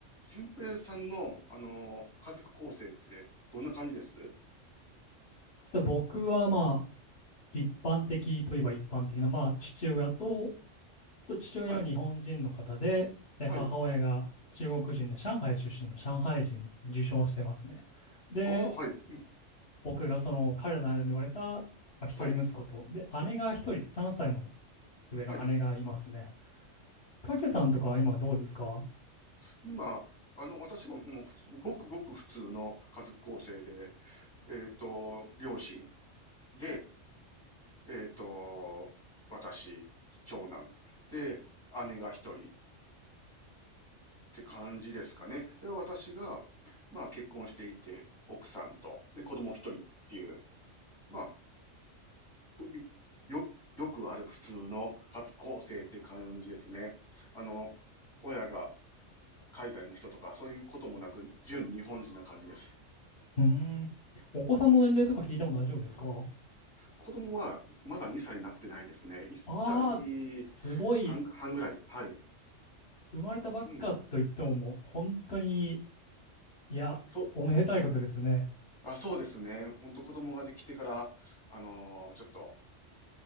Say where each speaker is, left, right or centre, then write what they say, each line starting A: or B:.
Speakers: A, on the left; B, on the left.
A: 順平さんの、あのー家族構成ってどんな感じです
B: そうですね、僕はまあ、一般的といえば一般的な、まあ、父親と、そう父親は日本人の方で、
A: はい、
B: で、
A: はい。
B: 母親が中国人で、上海出身の上海人、受賞してますね。で、
A: ああ、はい、うん、
B: 僕がその彼らの間に生まれた、まあ、一人息子と、
A: はい、
B: で、姉が一人、3歳の上の姉がいますね。
A: はい。
B: たけさんとかは今どうですか
A: 今、あの、私ももう普通、ごくごく普通の家族構成で、えっと、両親で、えっと、私、長男で、姉が一人って感じですかね。で、私が、まあ結婚していて、奥さんと、で、子供一人っていう、まあこいよ、よくある普通の家族構成っていう感じですね。あの、親が海外の人とかそういうこともなく、純日本人な感じです。
B: うーん、お子さんの年齢とか聞いても大丈夫ですか
A: 子供はまだ2歳になってないですね。1歳
B: ああー、すごい、
A: 半、半ぐらい。はい。
B: 生まれたばっかと言ってももう本当に、
A: うん。
B: いや、
A: そう、
B: おめでたいことですね。
A: あ、そうですね。ほんと子供ができてから、あのーちょっと